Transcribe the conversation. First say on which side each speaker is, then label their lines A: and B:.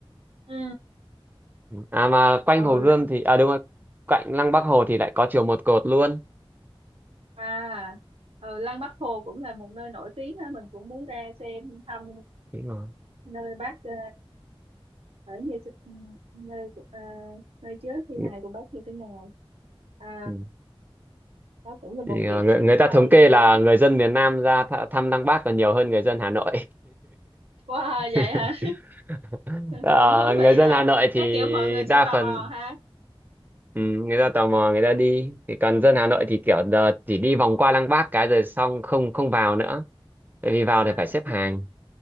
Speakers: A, on the right; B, on the right.
A: ừ
B: À mà quanh
A: ờ
B: Hồ
A: là-
B: Gươm thì à đúng rồi, cạnh Lăng Bác Hồ thì lại có chùa Một Cột luôn.
A: à ờ, Lăng Bác Hồ cũng là một nơi nổi tiếng ha mình cũng muốn ra xem thăm
B: Đúng rồi.
A: ờ, nơi bác ờ, ở như nơi của- ờ, nơi chứa thi
B: Ừ.
A: hài của bác như thế nào à
B: Ừ.
A: đó cũng là một
B: Thì,
A: địa
B: ờ,
A: điểm
B: người, người ta
A: hay
B: thống kê
A: để đến
B: là người dân miền Nam ra th thăm Lăng Bác còn nhiều hơn người dân Hà Nội.
A: Wow, vậy
B: <laughs>
A: hả? <laughs>
B: Ờ,
A: Cũng thú vị
B: người
A: ha.
B: dân Hà Nội thì
A: Chắc kiểu mọi người sẽ
B: đa
A: tò
B: phần
A: mò ha.
B: ừ, người ta tò mò người ta đi, thì còn dân Hà Nội thì kiểu
A: Ừ.
B: ờ, chỉ đi vòng qua Lăng Bác cái rồi xong không không vào nữa. Tại vì vào
A: À,
B: thì phải xếp hàng.